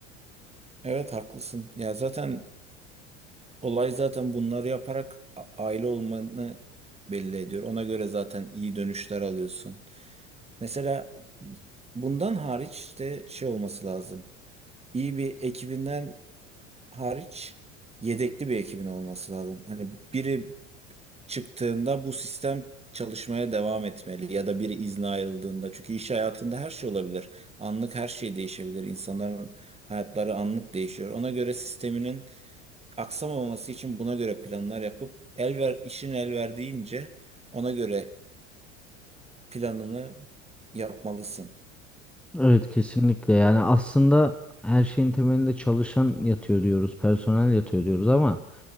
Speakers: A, on the right; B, in the centre.
A: Evet haklısın. Ya zaten olay zaten bunları yaparak a- aile olmanı belli ediyor. Ona göre zaten iyi dönüşler alıyorsun. Mesela bundan hariç işte şey olması lazım. İyi bir ekibinden hariç yedekli bir ekibin olması lazım. Hani biri çıktığında bu sistem çalışmaya devam etmeli ya da biri izne ayrıldığında. Çünkü iş hayatında her şey olabilir. Anlık her şey değişebilir. İnsanların hayatları anlık değişiyor. Ona göre sisteminin aksamaması için buna göre planlar yapıp el ver, işin el verdiğince ona göre planını yapmalısın.
B: Evet kesinlikle yani aslında her şeyin temelinde çalışan yatıyor diyoruz, personel yatıyor diyoruz ama